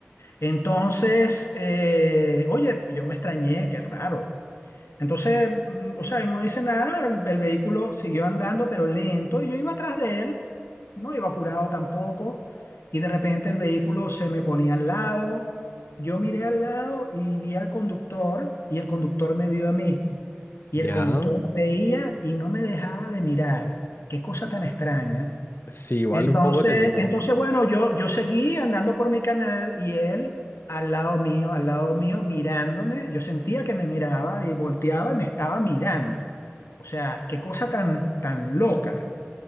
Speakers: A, on the left; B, on the left.
A: Entonces, eh, oye, yo me extrañé, qué raro. Entonces, mm, o sea, yo no hice nada, el, el vehículo siguió andando, pero lento, y yo iba atrás de él, no iba apurado tampoco, y de repente el vehículo se me ponía al lado, yo miré al lado y vi al conductor, y el conductor me vio a mí, y
B: Ya,
A: el conductor me veía y no me dejaba de mirar. Qué cosa tan extraña.
B: sí, igual
A: Entonces,
B: un poco tétrico.
A: entonces bueno, yo, yo seguí andando por mi canal y él al lado mío, al lado mío, mirándome. Yo sentía que me miraba y volteaba y me estaba mirando. O sea, qué cosa tan, tan loca.